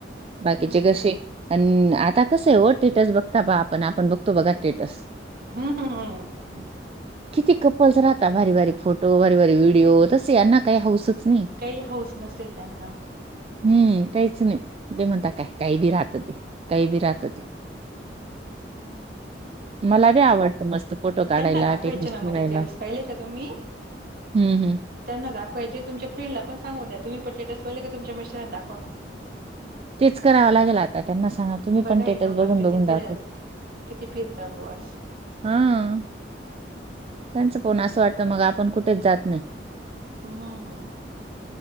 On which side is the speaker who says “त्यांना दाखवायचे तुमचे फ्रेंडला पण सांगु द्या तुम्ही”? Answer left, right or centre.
Right